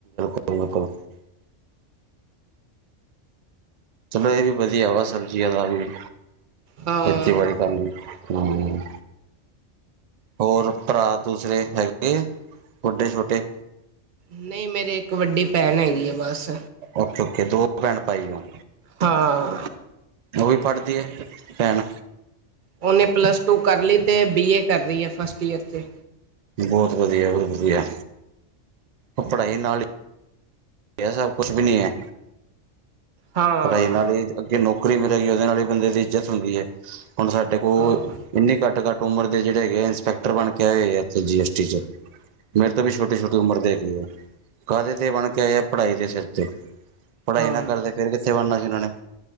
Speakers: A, on the right; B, on the right.
A: ਕੁਲ ਬਿਲਕੁਲ ਚਲੋਂ ਇਹ ਵੀ ਵਧੀਆ ਵਾ ਸਬਜ਼ੀਆਂ ਦਾ ਵੀ,
B: ਹਾਂ
A: ਖੇਤੀਬਾੜੀ ਕਰਨੀ। ਹੂੰ ਹੋਰ ਭਰਾ ਦੂਸਰੇ ਹੈਗੇ ਆ, ਵੱਡੇ ਛੋਟੇ?
B: ਨਹੀਂ, ਮੇਰੀ ਇੱਕ ਵੱਡੀ ਭੈਣ ਹੈਗੀ ਆ, ਬਸ।
A: ਓਕੇ-ਓਕੇ, ਦੋ ਭੈਣ ਪਾਈ ਹੋ।
B: ਹਾਂ।
A: ਉਹ ਵੀ ਪੜ੍ਹਦੀ ਹੈ, ਭੈਣ।
B: ਉਹਨੇ ਪਲੱਸ ਟੂ ਕਰ ਲਈ, ਤੇ ਬੀ ਏ ਕਰ ਰਹੀ ਹੈ ਫਸਟ ਈਅਰ ਤੇ
A: ਬਹੁਤ ਵਧੀਆ, ਬਹੁਤ ਵਧੀਆ। ਉਹ ਪੜ੍ਹਾਈ ਨਾਲ ਹੀ ਇਹ ਸਭ ਕੁਛ ਵੀ ਨੀ ਹੈ।
B: ਹਾਂ
A: ਪੜ੍ਹਾਈ ਨਾਲ ਹੀ ਅੱਗੇ ਨੌਕਰੀ ਮਿਲੇਗੀ, ਉਹਦੇ ਨਾਲ ਹੀ ਬੰਦੇ ਦੀ ਇੱਜਤ ਹੁੰਦੀ ਹੈ ਹੁਣ ਸਾਡੇ ਕੋਲ
B: ਹਾਂ।
A: ਇੰਨੀ ਘੱਟ-ਘੱਟ ਉਮਰ ਦੇ ਜਿਹੜੇ ਹੈਗੇ, ਇੰਸਪੈਕਟਰ ਬਣ ਕੇ ਆਏ ਹੈ ਇਥੇ ਜੀਐਸਟੀ'ਚ। ਮੇਰੇ ਤੋਂ ਵੀ ਛੋਟੀ-ਛੋਟੀ ਉਮਰ ਦੇ ਹੈਗੇ ਆ। ਕਾਹਦੇ ਤੇ ਬਣ ਕੇ ਆਏ ਆ ਪੜ੍ਹਾਈ ਦੇ ਸਿਰ ਤੇ, ਪੜ੍ਹਾਈ
B: ਹਾਂ
A: ਨਾ ਕਰਦੇ ਫਿਰ ਕਿੱਥੇ ਬਣਨਾ ਸੀ ਏਹਨਾਂ ਨੇ।